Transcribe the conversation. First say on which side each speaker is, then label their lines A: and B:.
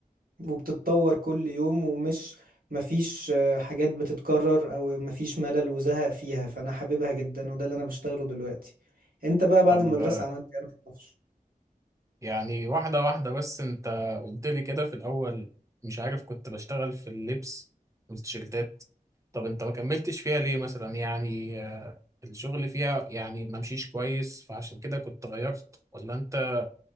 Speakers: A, on the right; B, on the right.
A: وبتتطور كل يوم ومش مفيش آه، حاجات بتتكرر او مفيش ملل وزهق فيها فانا حاببها جدا وده اللي انا بشتغله دلوقتي انت بقى بعد
B: طب
A: المدرسة عملت ايه أنا معرفش.
B: يعني واحدة واحدة بس انت قلت لي كده في الاول مش عارف كنت بشتغل في اللبس والتيشيرتات طب انت ما كملتش فيها ليه مثلا يعني آه، الشغل فيها يعني ما مشيش كويس فعشان كده كنت غيرت ولا انت